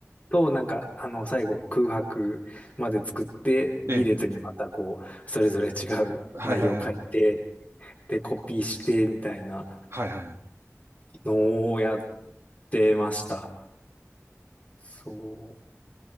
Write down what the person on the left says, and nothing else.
と、なんか、あの、最後空白まで作って、B
列にまたこう、それぞれ違う内容を書いて、
で、コピーして、みたいな
のをやってました。そ